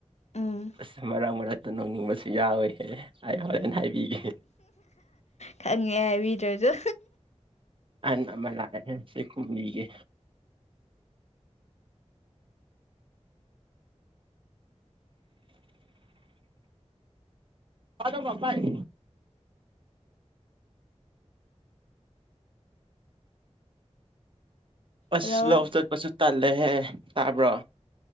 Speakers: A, on the left; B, on the right.
A: ꯎꯝ
B: ꯑꯁ ꯃꯔꯛ ꯃꯔꯛ ꯑꯗꯨ ꯅꯧꯅꯤꯡꯕꯁꯨ ꯌꯥꯎꯋꯤꯍꯦ ꯑꯩ ꯍꯣꯔꯦꯟꯦꯟ ꯍꯥꯏꯕꯤꯒꯦ
A: ꯈꯪꯉꯦ ꯍꯥꯏꯕꯤꯗ꯭ꯔꯁꯨ
B: ꯑꯅ <unintelligible> ꯑꯃꯂꯁꯦ ꯈꯨꯝꯂꯤꯒꯦ ꯍꯜꯂꯣꯃꯄꯥꯏ <unintelligible> ꯑꯁ
A: ꯍꯜꯂꯣ
B: ꯂꯧ ꯆꯠꯄꯁꯨ ꯇꯜꯂꯦꯍꯦ ꯇꯥꯕ꯭ꯔꯣ